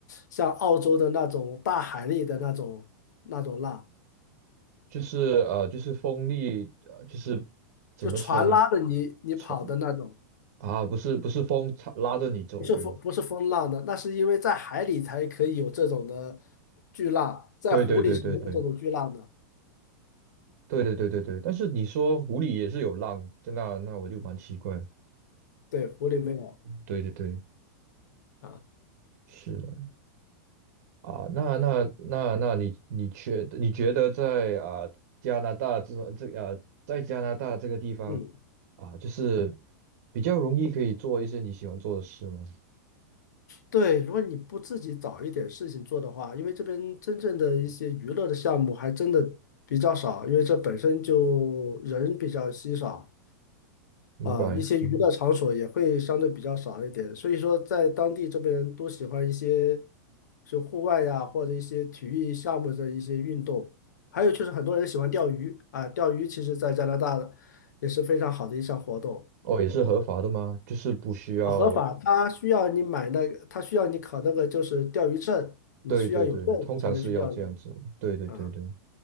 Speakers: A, on the left; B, on the right.
A: 像澳洲的那种大海里的那种那种浪，
B: 就是呃，就是风力，呃，就是怎么说呢？
A: 就船拉着你你跑的那种。
B: 冲啊，不是不是风插拉着你走，
A: 不是风，
B: 对吧？
A: 不是风浪的，那是因为在海里才可以有这种的巨浪，在湖里是没有这种巨浪的。
B: 对对对对对对对对对对。但是你说湖里也是有浪，那那我就蛮奇怪的。
A: 对，湖里没有
B: 对对对，
A: 啊。
B: 是的。啊，那那那那你你觉你觉得在啊加拿大这这啊在加拿大这个地方
A: 对，嗯，
B: 啊，就是比较容易可以做一些你喜欢做的事吗？
A: 对，如果你不自己找一点事情做的话，因为这边真正的一些娱乐的项目还真的比较少，因为这本身就人比较稀少。
B: 明白，
A: 啊，一些娱乐场所也会相对比较少一点，
B: 嗯，
A: 所以说在当地这边人都喜欢一些就户外呀，或者一些体育项目的一些运动，还有就是很多人喜欢钓鱼啊，钓鱼其实在加拿大的也是非常好的一项活动，
B: 哦，也是合法的吗？就是不需要，
A: 啊合法，它需要你买那个，它需要你考那个就是钓鱼证，你需要有证才能去钓鱼
B: 对对对，通常是要这样子，对对对对，
A: 啊。